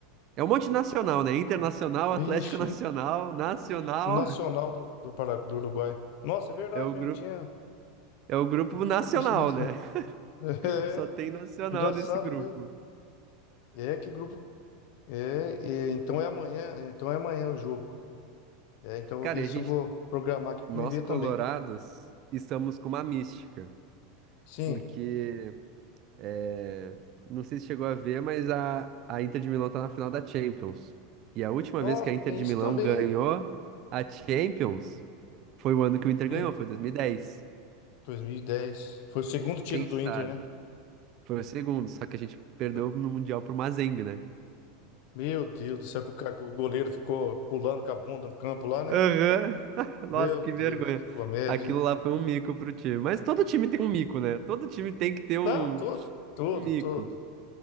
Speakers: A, on the right; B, on the left.
A: É um monte de nacional, né? Internacional,
B: Vixe,
A: Atlético Nacional,
B: in-
A: Nacional.
B: Nacional do, do, Para- do Uruguai. Nossa, é verdade
A: É o
B: mesmo,
A: grupo,
B: não tinha,
A: é o grupo
B: não tinha
A: nacional,
B: percebido isso.
A: né?
B: não. <laughs>
A: <laughs>
B: É,
A: Só tem nacional
B: engraçado
A: nesse grupo.
B: mesmo. É, que grupo. É, é, então é amanhã, então é amanhã o jogo. É, então eu
A: Cara,
B: vou ver
A: e a
B: se
A: gente,
B: eu vou programar aqui para
A: nós
B: me ver
A: colorados,
B: também.
A: estamos com uma mística,
B: Sim.
A: porque É, Não sei se chegou a ver, mas a, a Inter de Milão tá na final da Champions. E a última
B: Nossa,
A: vez que a Inter
B: tem
A: de
B: isso
A: Milão
B: também,
A: ganhou
B: hein?
A: a Champions foi o ano
B: O
A: que o Inter ganhou,
B: Inter
A: foi 2010.
B: 2010. Foi o segundo título
A: Quem
B: do
A: sabe?
B: Inter, né?
A: Foi o segundo, só que a gente perdeu
B: Foi-
A: no Mundial pro Mazembe, né?
B: Meu Deus do céu, que o, ca- que o goleiro ficou pulando com a bunda no campo lá, né?
A: Aham. <laughs> Nossa,
B: Meu
A: que
B: Deus,
A: vergonha.
B: que comédia,
A: Aquilo
B: hein?
A: lá foi um mico pro time. Mas todo time tem um mico, né? Todo time tem que ter um,
B: Não, todo, todo,
A: um mico.
B: todo.